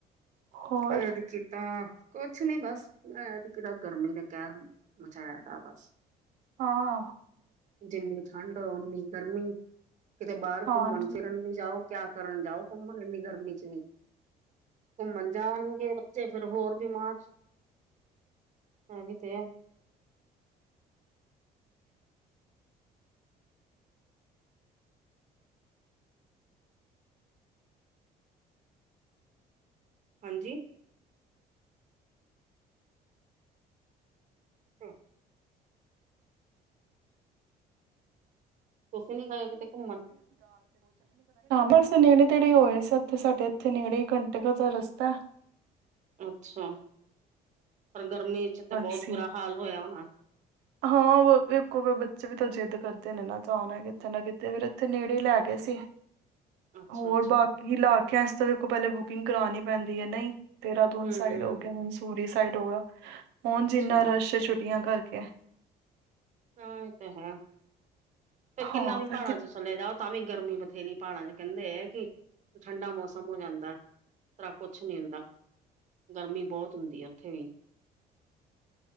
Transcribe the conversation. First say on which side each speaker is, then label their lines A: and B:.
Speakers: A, on the right; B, on the right.
A: ਹੋਰ
B: ਐ, ਕਿ ਕੀਤਾਂ? ਕੁਛ ਨੀ, ਬਸ ਮੈ ਇਕ ਤਾਂ ਗਰਮੀ ਨੇ ਕਹਿਰ ਮਚਾਇਆ ਦਾ, ਬਸ।
A: ਹਾਂ।
B: ਜਿੰਨੀ ਠੰਡ, ਔਨੀ ਗਰਮੀ। ਕਿਤੇ ਬਾਰ ਕੁੱਮਣ-ਫਿਰਨ
A: ਹਾਂਜੀ
B: ਵੀ ਜਾਔ ਕਯਾ ਕਰਨ ਜਾਔ? ਕੁੱਮਣ, ਇੰਨੀ ਗਰਮੀ ਵਿੱਚ ਵੀ ਕੁੱਮਣ- ਜਾਣ ਨੂੰ ਕੇ ਬੱਚੇ ਫਿਰ ਹੋਰ ਬਿਮਾਰ ਐ ਵੀ ਤੇ ਐ। ਹਾਂਜੀ- <inaudible> ਤੁਸੀਂ ਨੀ ਗਏ ਕਿਤੇ ਕੁੱਮਣ?
A: ਬਸ, ਨੇੜੇ-ਤੇੜੇ ਈ ਹੋ ਆਏ ਸੀ। ਇਥੇ ਸਾਡੇ ਇੱਥੇ ਨੇੜੇ ਈ ਕੰਟੇ <unintelligible> ਦਾ ਰਸਤਾ ੲ।
B: ਅੱਛਾ, ਪਰ ਗਰਮੀ ਚ ਤੇ ਬੋਤ
A: ਸੀ
B: ਬੁਰਾ ਹਾਲ ਹੋਇਯਾਂ ਹੋਣਾ।
A: ਹਾਂ, ਵੇਖੋ, ਬੱਚੇ ਵੀ ਤਾਂ ਜਿੱਦ ਕਰਦੇ ਨੇ ਨਾ, ਜਾਣਾ ਕਿੱਥੇ ਨਾ ਕਿਤੇੇ, ਫੇਰ ਏੱਥੇ ਨੇੜੇ ਈ ਲੈ ਗੇ ਸੀ।
B: <inaudible>
A: ਹੋਰ
B: ਅੱਛਾ
A: ਬਾਕੀ ਇਲਾਕਿਆਂ ਚ ਤੇ ਵੇਖੋ ਪੈਲੇ ਬੁਕਿੰਗ ਕਰਾਣੀ ਪੈਂਦੀ ਏ, ਨਹੀ। ਦੇਰਾਦੂਨ
B: ਹੂੰ
A: ਸਾਈਡ ਹੋ ਗਿਆ, ਮਨਸੂਰੀ ਸਾਈਡ ਹੋ ਗਿਆ। ਹੁਣ
B: ਅੱਛਾ
A: ਜਿੰਨਾ ਰਸ਼ ਏ, ਛੁੱਟੀਆਂ ਕਰਕੇ।
B: ਹਾਂ, ਏ ਤੇ ਹੈ। ਤੇ ਕਿੰਨਾ
A: ਹਾਂ
B: ਵੀ
A: ਫਿਰ
B: ਪਾੜਾਂ ਚ ਚੱਲੇ ਜਾਓ। ਤਾਂ ਵੀ ਗਰਮੀ ਬਥੇਰੀ। ਪਾੜਾਂ ਚ ਕੈਂਦੇ ੲ ਕਿ ਠੰਡਾ ਮੌਸਮ ਹੋ ਜਾਂਦਾ। ਤਰ੍ਹਾਂ ਕੁਛ ਨੀ ਹੁੰਦਾ। ਗਰਮੀ ਬੋਤ ਹੁੰਦੀ ਏ, ਉੱਥੇ ਵੀ।